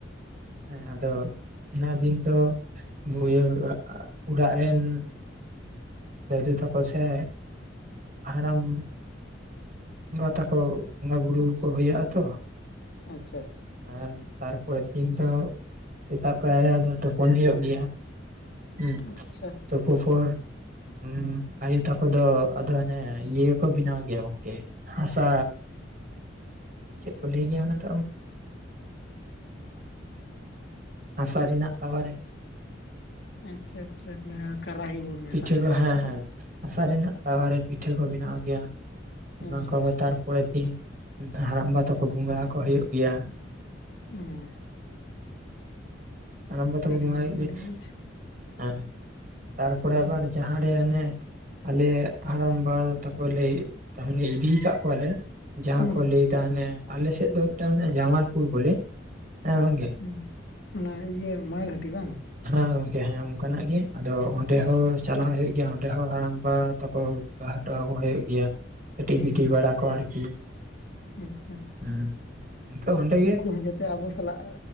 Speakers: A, on the right; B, on the left.
A: ᱦᱮᱸ ᱟᱫᱚ ᱚᱱᱟ ᱫᱤᱱ ᱛᱚ <unintelligible> ᱚᱲᱟᱜ ᱨᱮᱱ ᱫᱟᱹᱫᱩ ᱛᱟᱠᱚ ᱥᱮ ᱦᱟᱲᱟᱢ ᱵᱟ ᱛᱟᱠᱚ ᱵᱚᱸᱜᱟ ᱵᱩᱨᱩ
B: ᱟᱪᱪᱷᱟ
A: ᱠᱚ ᱦᱩᱭᱚᱜ-ᱟ ᱛᱚ,
B: ᱟᱪᱪᱷᱟ
A: ᱮᱸ ᱛᱟᱨᱯᱚᱨᱮᱨ ᱫᱤᱱ ᱫᱚ ᱥᱮᱛᱟᱜ ᱯᱟᱭᱟᱨ ᱨᱮ ᱟᱫᱚ ᱛᱩᱯᱩᱱ ᱦᱩᱭᱩᱜ ᱜᱮᱭᱟ, ᱦᱮᱸ
B: ᱟᱪᱪᱷᱟ
A: ᱛᱳᱯᱳ ᱯᱚᱨ ᱦᱩᱸ ᱟᱭᱩ ᱛᱟᱠᱚ ᱫᱚ ᱟᱫᱚ ᱦᱟᱱᱮ ᱤᱭᱟᱹ ᱠᱚ ᱵᱮᱱᱟᱣ ᱜᱮᱭᱟ ᱜᱚᱝᱠᱮ ᱦᱟᱥᱟ ᱪᱮᱫ ᱠᱚ ᱞᱟᱹᱭ ᱜᱮᱭᱟ ᱚᱱᱟᱴᱟᱜ ᱜᱚᱝᱠ ᱦᱟᱥᱟ ᱨᱮᱱᱟᱜ ᱛᱟᱣᱟ ᱨᱮ ᱾
B: ᱟᱪᱪᱷᱟ ᱟᱪᱪᱷᱟ ᱡᱟᱦᱟᱸ ᱠᱟᱨᱟᱦᱤ ᱵᱚᱱ ᱢᱮᱛᱟᱜ
A: ᱯᱤᱴᱷᱟᱹ
B: ᱫᱚ
A: ᱠᱚ
B: ᱵᱟᱝ
A: ᱦᱮᱸ ᱦᱮᱸ ᱦᱟᱥᱟ ᱨᱮᱱᱟᱜ ᱛᱟᱣᱟᱨᱮ ᱯᱤᱴᱷᱟᱹ ᱠᱚ ᱵᱮᱱᱟᱣ ᱜᱮᱭᱟ, ᱚᱱᱟ
B: ᱟᱪᱪᱷᱟ
A: ᱠᱚ ᱟᱵᱟᱨ
B: ᱟᱪᱪᱷᱟ
A: ᱛᱟᱨᱯᱚᱨᱮᱨ ᱫᱤᱱ ᱦᱟᱲᱟᱢᱵᱟ ᱛᱟᱠᱚ ᱵᱚᱸᱜᱟ ᱠᱚ ᱦᱩᱭᱩᱜ ᱜᱮᱭᱟ,
B: ᱩᱸᱻ
A: ᱦᱟᱲᱟᱢᱵᱟ ᱛᱟ ᱠᱚ
B: ᱟᱹᱰᱤ
A: ᱵᱚᱸᱜᱟ
B: ᱢᱚᱡᱽ
A: ᱦᱩᱭᱩᱜ ᱜᱮᱭᱟ
B: ᱟᱹᱰᱤ ᱢᱚᱡᱽ
A: ᱦᱮᱸ ᱛᱟᱨᱯᱚᱨᱮ
B: ᱦᱩᱸ
A: ᱟᱵᱟᱨ ᱡᱟᱦᱟᱸᱨᱮ ᱦᱟᱱᱮ ᱟᱞᱮ ᱦᱟᱲᱟᱢᱵᱟ ᱛᱟᱠᱚ ᱞᱮ ᱛᱟᱦᱚᱞᱮ ᱤᱫᱤ ᱠᱟᱜ ᱠᱚᱣᱟᱞᱮ ᱡᱟᱦᱟᱸ
B: ᱦᱩᱸ
A: ᱠᱚ ᱞᱟᱹᱭ ᱛᱟ ᱦᱟᱱᱮ ᱟᱞᱮ ᱥᱮᱫ ᱫᱚ ᱢᱤᱫᱴᱟᱝ ᱢᱮᱱᱟᱜᱼᱟ ᱡᱟᱢᱟᱞᱯᱩᱨ ᱵᱚᱞᱮ ᱦᱮᱸ ᱜᱚᱝᱠᱮ
B: ᱦᱩᱸ ᱚᱱᱟ ᱤᱭᱟᱹ ᱢᱟᱲᱜᱷᱟᱴᱤ ᱵᱟᱝ?
A: ᱦᱮᱸ ᱜᱚᱝᱠᱮ ᱦᱮᱸ ᱚᱱᱠᱟᱱᱟᱜ ᱜᱮ ᱟᱫᱚ ᱚᱸᱰᱮ
B: ᱟᱪᱪᱷᱟ
A: ᱦᱚᱸ ᱪᱟᱞᱟᱣ ᱦᱩᱭᱩᱜ ᱜᱮ ᱚᱸᱰᱮ ᱦᱚᱸ ᱦᱟᱲᱟᱢᱵᱟ ᱛᱟᱠᱚ ᱵᱟᱦᱟ ᱴᱚᱣᱟᱠᱚ ᱦᱩᱭᱩᱜ ᱜᱮᱭᱟ ᱠᱟᱹᱴᱤᱡ
B: ᱦᱩᱸ
A: ᱜᱤᱰᱤ ᱵᱟᱲᱟ ᱠᱚ ᱟᱨᱠᱤ,
B: ᱟᱪᱪᱷᱟ,
A: ᱦᱩᱸ ᱤᱱᱠᱟᱹ ᱚᱸᱰᱮ
B: ᱩᱱᱠᱩ ᱦᱚᱸ ᱡᱟᱛᱮ ᱟᱵᱚ ᱥᱟᱞᱟᱜ